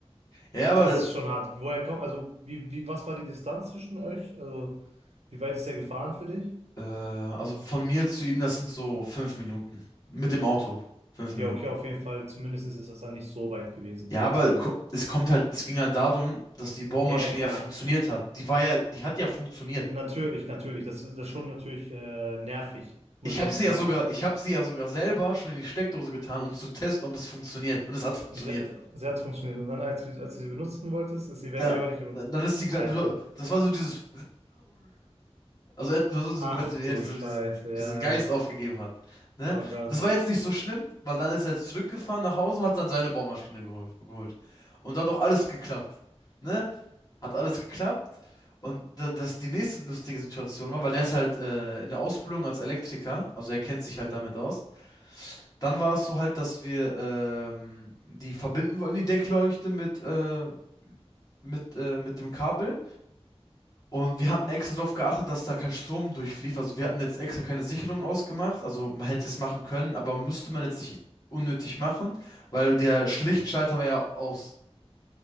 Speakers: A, on the left; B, on the right.
A: ja,
B: Das
A: aber da-
B: ist schon hart. Woher kommt, also, wie, wie, was war die Distanz zwischen euch? Also, wie weit ist er gefahren für dich?
A: Äh, also von mir zu ihm, das sind so fünf Minuten. Mit dem Auto. Fünf
B: Ja,
A: Minuten.
B: okay, auf jeden Fall. Zumindest ist das dann nicht so weit gewesen.
A: Ja,
B: Gott
A: aber
B: sei Dank.
A: ko- es kommt halt, es ging halt darum, dass die Bohrmaschine
B: Ja, ja, klar.
A: ja funktioniert hat. Die war ja, die hat ja funktioniert.
B: Natürlich, natürlich. Das ist, das ist schon natürlich äh, nervig, muss
A: Ich
B: ich
A: habe
B: ehrlich
A: sie
B: sagen.
A: ja sogar, ich habe sie ja sogar selber schon in die Steckdose getan, um zu testen, ob es funktioniert. Und es hat funktioniert.
B: Und sie hat, sie hat funktioniert. Und dann, als, wir- als du sie benutzen wolltest, ist sie weg.
A: Ja,
B: Einfach nicht. benutzt.
A: dann dann ist die, das
B: Alter.
A: war so dieses, also er- so so
B: Ach
A: gehört, wie
B: du
A: er diese,
B: Scheiße.
A: diesen,
B: Ja,
A: diesen Geist
B: ja. ja.
A: aufgegeben hat. Ne?
B: Oh Gott.
A: Das war jetzt nicht so schlimm, weil dann ist er jetzt zurückgefahren nach Hause, hat dann seine Bohrmaschine gehol geholt. Und da hat auch alles geklappt. Ne? Hat alles geklappt. Und da, das die nächste lustige Situation war, weil der ist halt äh, in der Ausbildung als Elektriker, also er kennt sich halt damit aus. Dann war es so halt, dass wir ähm, die verbinden wollten, die Deckleuchte mit, äh, mit, äh, mit dem Kabel. Und wir hatten extra darauf geachtet, dass da kein Strom durchflief. Also wir hatten jetzt extra keine Sicherung ausgemacht. Also man hätte es machen können, aber müsste man jetzt nicht unnötig machen, weil der Schlichtschalter war ja aus.